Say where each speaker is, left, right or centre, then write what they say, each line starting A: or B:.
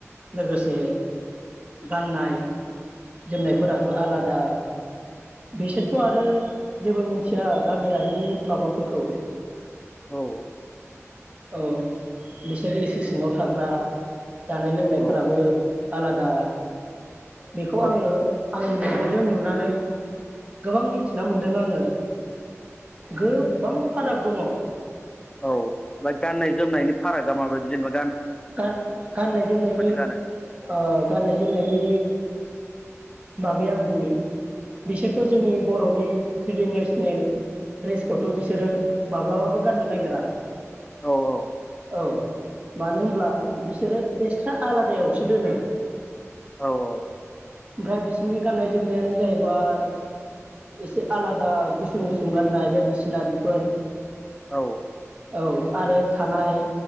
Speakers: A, on the right (about 25°); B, on the left (about 15°).
A: लोगोसे गाननाय जोमनायफोराबो आलादा बेसोरथ' आरो जेबो मिथिया गामियारिनि माबाफोरखौ
B: औ
A: औ बिसोर एसि सिङाव थाग्रा जानाय लोंनायफोराबो
B: औ
A: आलादा बेखौ आङो
B: औ
A: आंनि मेगनजों नुनानै गोबां मिनथिना मोनदों आङो गोबां फाराग दङ।
B: औ ओमफाय गाननाय जोमनायनि फारागा माबायदि जेनेबाद
A: गा-गाननाय जोमनायनि
B: गानो
A: ओ गाननाय जोमनायनि बागै आं बुंनि बिसोरथ' जोंनि बर'नि ट्रेदिनेसनेल द्रेसखौथ' बिसोरो माब्लाबाबो गाननो नागिरा।
B: औ
A: औ मानो होम ब्ला बिसोरो एक्सट्रा आलादायावसो दोनो।
B: औ औ
A: ओमफाय बिसोरनि गाननाय जोमनायानो जाहैबाय इसे आलादा गुसुं-गुसुं गाननाय बायदिसिना बेफोर
B: औ
A: औ आरो थानाय